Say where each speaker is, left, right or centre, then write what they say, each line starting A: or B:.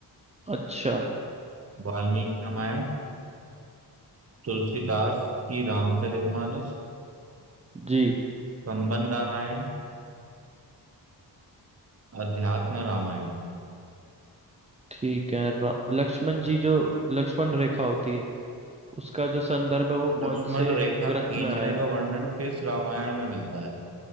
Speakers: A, on the right (about 15°); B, on the right (about 35°).
A: अच्छा
B: वाल्मीकि रामायण तुलसीदास की रामचरितमानस
A: जी
B: कंबन रामायण अध्यात्म रामायण
A: ठीक है र- लक्ष्मण जी जो लक्ष्मण रेखा होती है उसका जो संदर्भ है वो कौन
B: लक्ष्मण
A: से
B: रेखा
A: ग्रंथ
B: खींचने
A: में आया है
B: का वर्णन किस रामायण में मिलता है